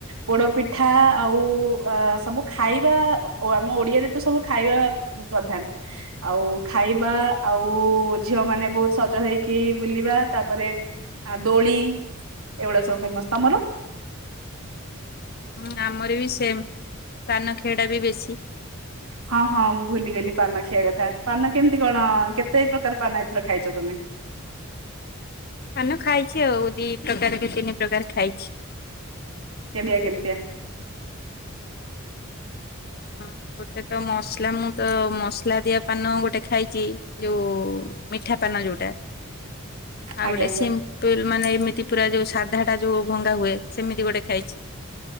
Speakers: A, on the right; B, on the left.
A: ପୋଡପିଠା ଆଉ ଆ ସବୁ ଖାଇବା ଅ ଆମ ଓଡିଆରେ ତ ସବୁ ଖାଇବା ପ୍ରଧାନ। ଆଉ ଖାଇବା ଆଉ ଝିଅ ମାନେ ବହୁତ ସଜ ହେଇକି ବୁଲିବା ତାପରେ ଆ ଦୋଳି ଏଗୁଡା ସବୁ ଫେମସ ତମର?
B: ହୁଁ ଆମର ବି ସେମ୍ ପାନ ଖିଆଟା ବି ବେଶୀ।
A: ହଁ ହଁ ମୁଁ ଭୁଲିଗଲି ପାନ ଖିଆ କଥା ପାନ କେମିତି କଣ କେତେ ପ୍ରକାର ପାନ ଏଥର ଖାଇଛ ତମେ?
B: ପାନ ଖାଇଛି ଆଉ ଦି ପ୍ରକାର କି ତିନି ପ୍ରକାର ଖାଇଛି।
A: କେମତିଆ କେମତିଆ?
B: ହୁଁ ଗୋଟେ ତ ମସଲା ମୁଁ ତ ମସଲା ଦିଆ ପାନ ଗୋଟେ ଖାଇଚି ଯୋଉ ମିଠା ପାନ ଯୋଉଟା ଆଉ
A: ଆଜ୍ଞା
B: ଗୋଟେ
A: ଆଜ୍ଞା
B: ସିମ୍ ତୁଇଲ୍ ମାନେ ଏମିତି ପୁରା ଯୋଉ ସାଧାଟା ଯୋଉ ଭଙ୍ଗା ହୁଏ ସେମିତି ଗୋଟେ ଖାଇଚି।